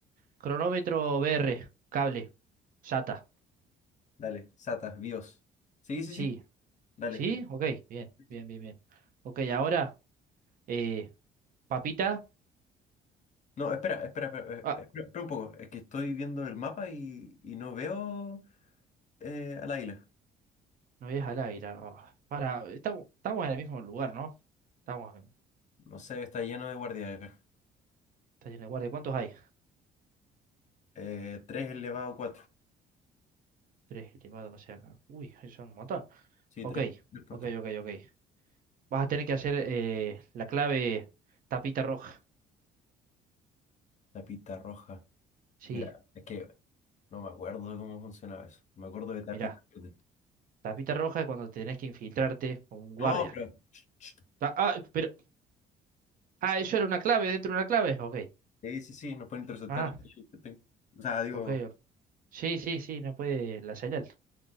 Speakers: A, on the right (about 55°); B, on the left (about 45°).
A: Cronómetro BR, cable, SATA,
B: Dale, Sata, BIOS. Sí, sí,
A: sí,
B: sí. Dale.
A: sí, ok, bien,
B: Sí, sí.
A: bien, bien, bien. Ok, ahora. Eh, papita.
B: No, espera, espera, espera, eh,
A: Ah,
B: espera, espera un poco. Es que estoy viendo el mapa y, y no veo eh, al águila.
A: no veías al aire. Ah, para, estamos, estamos en el mismo lugar, ¿no? Estamos en
B: No sé, está lleno de guardias acá.
A: estación de guardia. ¿Cuántos hay?
B: Eh, 3 elevado a 4.
A: Tres elevados, o sea. Uy, son un montón.
B: Sí,
A: Ok,
B: 3 por
A: ok,
B: tres
A: ok, ok. Vas a tener que hacer eh, la clave tapita roja.
B: Tapita roja.
A: Sí,
B: Mira, es que no me acuerdo de cómo funcionaba eso. Me acuerdo de tapita
A: mirá.
B: verde.
A: Tapita roja es cuando tenés que infiltrarte con un guardia.
B: No, pero. ch, ch.
A: Ah, ah, pero. Ah, eso era una clave dentro de una clave. Ok.
B: Sí, sí, sí, nos pueden interceptar.
A: Ah,
B: O sea, digo.
A: ok. ok. Sí, sí, sí, no puede la señal.